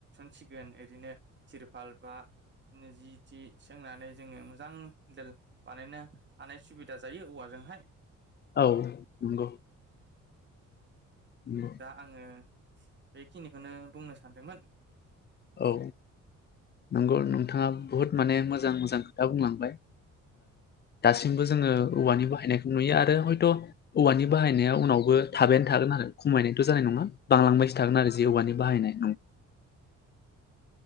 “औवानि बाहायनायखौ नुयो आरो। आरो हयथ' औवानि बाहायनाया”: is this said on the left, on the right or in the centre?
Left